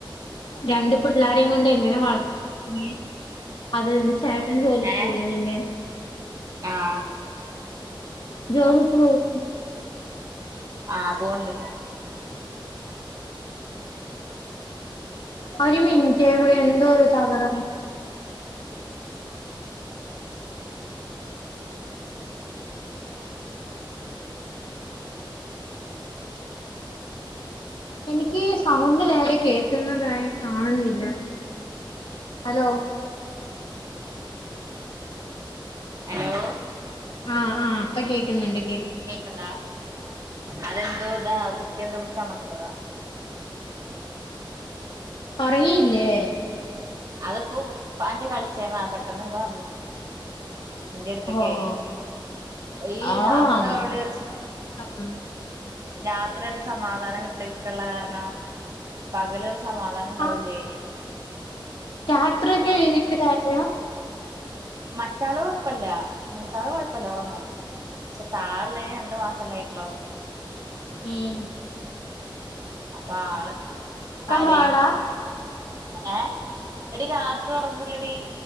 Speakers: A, on the left (about 75°); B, on the right (about 45°).
A: രണ്ട് പിള്ളാരേം കൊണ്ട് എങ്ങനെ വളർത്തന്നെ അതാഞാൻ ചോദ് ചേട്ടൻ ജോലിക്ക്
B: ഏഹ്
A: പോയ്ല്ലെ നിന്റെ
B: ആഹ്
A: ജോലിക്ക് പോവ്ന്ന്ല്ലെ
B: ആഹ് പോൺണ്ട്
A: ഒര് മിൻറ്റെ വ് എന്തോര് തകരാ എനിക്ക് സൗണ്ട് നേരെ കേക്കുന്നതായ് കാണ്ന്ന്ല്ല ഹലോ
B: അലോ
A: ആഹ് ആഹ് പ്പം കേക്ക്ന്ന്ണ്ട്
B: പ്പംകേക്ക്ൺണ്ടാ അതെന്തോ താ കുട്ട്യെന്തോ പിടിച്ചമർത്ത്യയതാ
A: ഒറങ്ങീലെ
B: അത്പ്പം ഉപ്പാന്റെ കളിച്ച്ര്ന്ന പെട്ടന്ന്ങ്ങ്ട് വന്ന് ഇന്റെട്ത്ത്ക്കേ
A: ഓഹ്
B: ഒയ്യ്‌
A: ആഹ്
B: രാത്രി
A: അമ്മ
B: അവ്ടെരു സം
A: ഉം
B: രാത്രിയ്ട്ട് സമാധാനം കിട്ട്യക്ക്ള്ള കാരണം പകലൊര് സമാധാനംണ്ടാവൂലേ
A: ആഹ് രാത്രിയൊക്കെ എനീറ്റ്കര്യാ
B: മറ്റാള് കൊഴപ്പ്ല്ല മൂത്താള് കൊഴപ്പ്ല്ല ഒറങ്ങും ശ്ശെ താഴെള്ള്തിന് രണ്ടു മാസല്ലെയ്ട്ടൊള്ളു
A: ഏഹ്
B: അപ്പൊ ആള് കരയും
A: പാടാ
B: ഏഹ് എടീ രാത്രി ഒറങ്ങൂലടീ